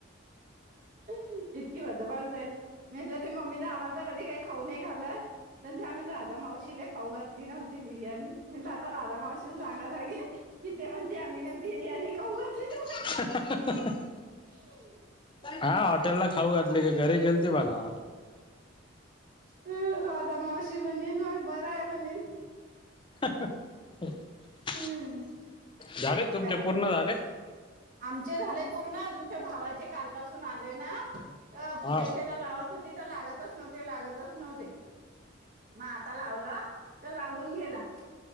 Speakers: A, on the right; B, on the left.
A: इतकी बदमास आहे, म्हटलं त मम्मी आम्हाला तर कधी काही खाऊन नाही घालत, त्यां आम्ही राा मावशीला खाऊात म्हणते बिर्याणी राधा मावशीील सांगा लागेल. किथे म्हणते आम्ही ना बिर्याणी खाऊ घातली तू
B: <inaudible>
A: हम
B: हा हॉटेल ला खऊ घ ले घर गेलते ब ना
A: ह राधा मावशी म्हणेनय बर आहे बनील
B: <inaudible> <inaudible>
A: हम्म
B: झाले तुमचे
A: काय
B: पूर्ण झाले,
A: आमचे झाले पूर्ण तुमच्या भावाचे कालपसून आलय ना पूजेच्या
B: हा
A: ज लावा. तिथ लागतच नव्हते लागतच नव्हते मग आता लावला तर लागून गेला